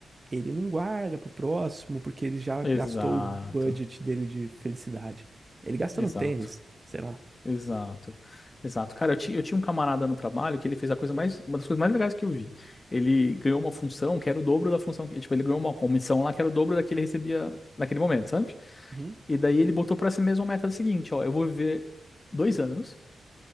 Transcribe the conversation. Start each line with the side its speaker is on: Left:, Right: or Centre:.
Right: ele não guarda pro próximo, porque ele já
Left: Exato,
Right: gastou o budget dele de felicidade. Ele gasta
Left: exato.
Right: no tênis, sei lá.
Left: Exato, exato. Cara, eu, ti, eu tinha um camarada no trabalho que ele fez a coisa mais, uma das coisas mais legais que eu vi. Ele ganhou uma função que era o dobro da função, que- tipo, ele ganhou uma comissão lá que era o dobro da que ele recebia naquele momento, sabe?
Right: Uhum.
Left: E daí ele botou pra si mesmo a meta seguinte, ó, eu vou viver dois anos